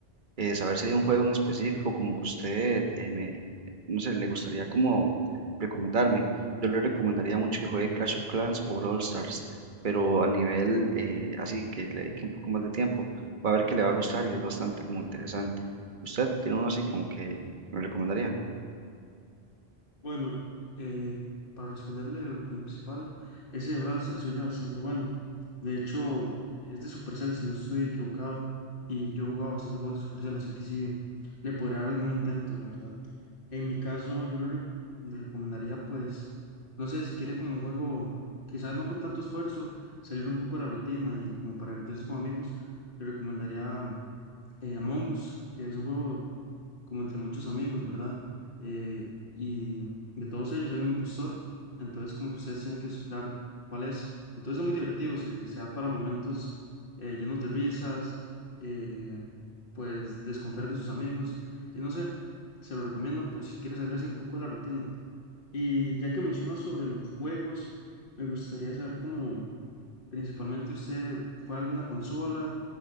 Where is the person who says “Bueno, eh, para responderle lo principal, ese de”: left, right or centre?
Left